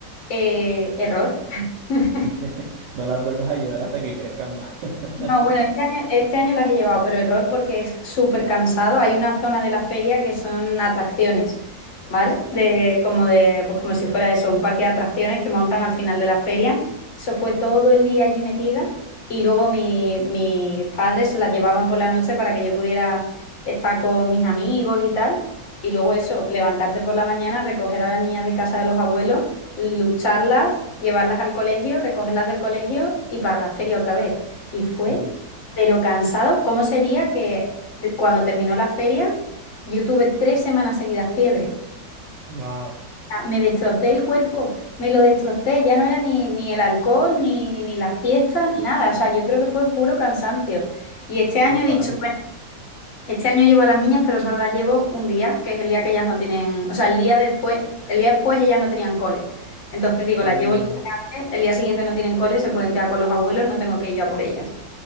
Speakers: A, on the left; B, on the right.
A: Eh, error. <laughs>
B: <laughs> No las vuelves a llevar hasta que crezcan más. <laughs>
A: No, bueno, este año, este año las he llevado, pero error porque es súper cansado. Hay una zona de la feria que son atracciones, ¿vale?
B: Sí.
A: De, como de, pues como si fuera eso, un parque de atracciones que montan al final de la feria. Eso fue todo el día allí metida y luego mi- mis padres las llevaban por la noche para que yo pudiera estar con mis amigos y tal. Y luego eso, levantarte por la mañana, recoger a las niñas de casa de los abuelos, lucharlas, llevarlas al colegio, recogerlas del colegio y para la feria otra vez. Y fue,
B: Mm,
A: pero cansado. ¿Cómo sería que de- cuando terminó la feria, yo tuve tres semanas seguidas fiebre?
B: Wow,
A: Ah, Me destrocé el cuerpo, me lo destrocé. Ya no era ni, ni el alcohol, ni, ni la fiesta, ni nada. O sea, yo creo que fue puro cansancio. Y este año
B: total.
A: he dicho, bueno, este año llevo a las niñas, pero solo las llevo un día, que es el día que ellas no tienen, o sea, el día después, el día después ellas no tenían cole. Entonces digo,
B: Mm,
A: las llevo el día antes, el día siguiente no tienen cole, se pueden quedar con los abuelos, no tengo que ir yo a por ellas.